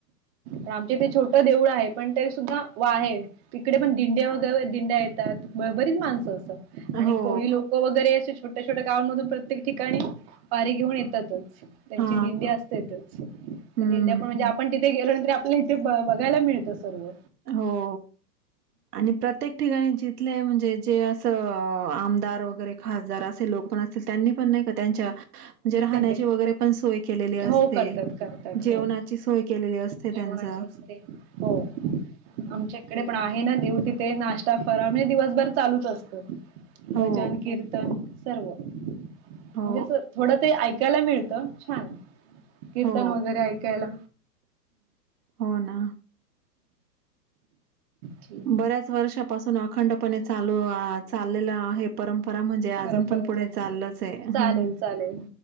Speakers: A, on the right (about 35°); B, on the right (about 65°).
A: तर आमचे ते छोटं देऊळ आहे पण ते सुद्धा वाहे तिकडे पण दिंडया वगैर दिंड्या येतात बरीच माणसं असं आणि
B: हो
A: कोळी लोक वगैरे असे छोट्या छोट्या गावांमधून प्रत्येक ठिकाणी पारी घेऊन येत त्यांची
B: हा.
A: दिंडी असते इथच
B: हम्म
A: त्या दिंड्या पण म्हणजे आप थे गेलो नाही तर आपल्या इथे ब बघायला मिळतं सर्व.
B: हो. आणि प्रत्येक ठिकाणी जिथले म्हणजे जे असं आमदार वगैरे. खासदार असेल लोक पण असेतील त्यांनी पण नाही का त्यांच्या. म्हणजे राहण्याची
A: त्यांच्या
B: वगैरे पण सोय केलेली असते
A: हो करतात करतात
B: जेवणाची
A: हो
B: सोय केलेली असते
A: जेवणाची
B: त्यांच.
A: हो आमच्या इकडे पण आहे ना देव तिथे, नाश्ता फरा म्हणजे दिवसभर चालूच असतं. भजन
B: हो
A: कीर्तन सर्व,
B: हो
A: म्हणजे अस थोड ते ऐकायला मिळतं छान कीर्तन
B: हो
A: वगैरे ऐकायला.
B: हो ना.
A: ठीक
B: बऱ्याच वर्षापासून अखंडपणे चालू चाललेलं आहे. परंपरा म्हणजे अजून
A: खरोखरच
B: पण पुढे
A: आहे
B: चाललंच आहे हम्
A: चालेल
B: हम्
A: चालेल